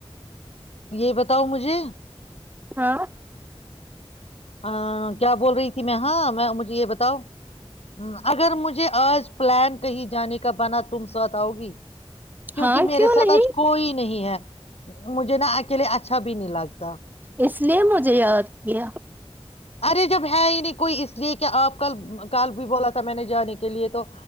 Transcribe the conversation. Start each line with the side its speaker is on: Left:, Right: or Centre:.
Left: یہ بتاؤ مجھے
Right: ہاں
Left: ا کیا بول رہی تھی میں ہاں میں مجھے یہ بتاؤ ہ اگر مجھے آج پلان کہیں جانے کا بنا تم ساتھ آؤ گی کیونکہ
Right: ہاں
Left: میرے
Right: کیوں
Left: ساتھ
Right: نہیں
Left: آج کوئی نہیں ہے مجھے نا اکیلے اچھا اچھا بھی نہیں لگتا
Right: اس لیے مجھے یاد گیا
Left: ارے جب ہے ہی نہیں کوئی اس لیے کیا آپ کل کل بھی بولا تھا میں نے جانے کے لیے تو